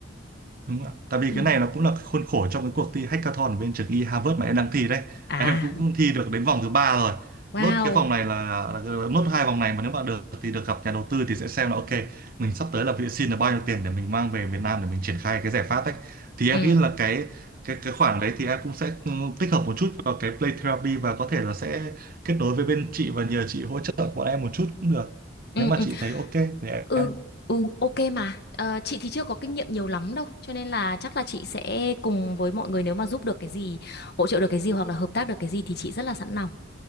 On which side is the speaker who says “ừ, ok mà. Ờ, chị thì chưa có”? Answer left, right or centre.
Left